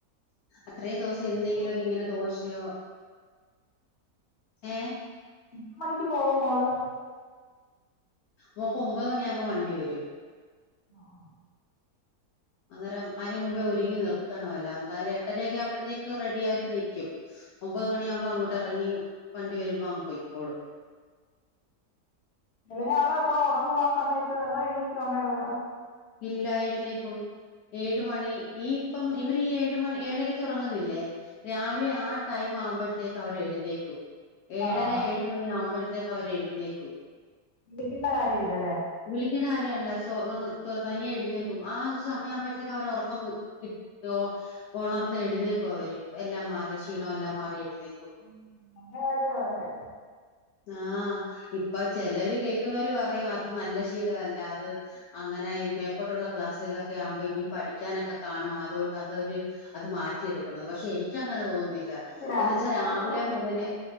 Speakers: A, on the left; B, on the left.
A: അത്രേ
B: എത്ര
A: ദിവസം
B: മണിക്ക്
A: എന്തെങ്കിലുമൊക്കെ
B: പോകും
A: ഇങ്ങനെ
B: മോള്
A: ദോശയോ ഏ
B: ഇത്ര മണിക്ക് പോകും മോള്
A: മോക്ക് ഒമ്പത് മണിയാവകുമ്പോ വണ്ടി വരും
B: ആഹ് ആഹ്
A: അന്നേരം അന് മുമ്പേ ഒരുങ്ങി നിർത്തണമല്ലോ എന്താലും എട്ടണെയ ഒക്കെ ആവുമ്പഴേക്ക് റെഡിയായിട്ട് ന ഒമ്പത്
B: ആഹ്
A: മണിയാകുമ്പോ അങ്ങോട്ട് ഇറങ്ങി വണ്ടി വരുമ്പോ അങ്ങ് പോക്കോളൂ
B: ഇളയാള അപ്പ ഉറങ്ങുവ ആ സമയത്ത് അത എണീക്കുവാ മേട കൂടെ
A: ഇല്ലായിരുന്നേക്കും ഏഴ മണി ഈ ഇപ്പം ഇവര് ഈ ഏഴ മണി ഏഴരക്ക് ഉറങ്ങുന്നില്ലേ രാവിലെ ആഹ് ടൈം ആവുമ്പോഴത്തേക്ക് അവർ എഴുതേക്കും ഏഴരഴു
B: ആഹ്
A: മ മണിയ ആഖുമ്പഴത്തേ അവരെഴുന്നേക്കും
B: വിളിക്കേണ്ട കാര്യ ഇല്ലല്ലേ
A: വിളിക്കണ്ട കാര്യല്ല സോ തനിയെ എഴുുന്നേക്കും ആ ഒരു സമയ ആവുമ്പോഴത്തേക്കക്ക് അവരെ ഉറക്കം കിട്ട ഉണർന്ന് എഴുന്നേക്കും അവര് എല്ലാം മാറി ക്ഷീണമ എല്ലാം മാറി എഴുന്നേക്കും
B: ഉം നല്ല വാര്യ വതൊക്കെ
A: ആഹ് ഇപ്പൊ ചിലര് കേക്കുന്നവര് പറയും അത് നല്ല ശീലമല്ല അത് അങ്ങനെ മേപ്പെട്ടുള്ള ക്ലാസ്സുകളിലൊക്കെ ആവുമ്പോ ഇനിയും പഠിക്കാനൊക്കെ കാണും അതുകൊണ്ട് അതൊരു അത് മാറ്റിയെടുക്കുന്നത് പക്ഷെ എനിക്ക് അങ്ങനെ തോന്നുന്നില്ല
B: ഇല്ല
A: എന്ന
B: അതിന്റെ
A: വച്ചാൽ രാവിലെ
B: ആവശ്യമൊന്നുമില്ല
A: മുതല്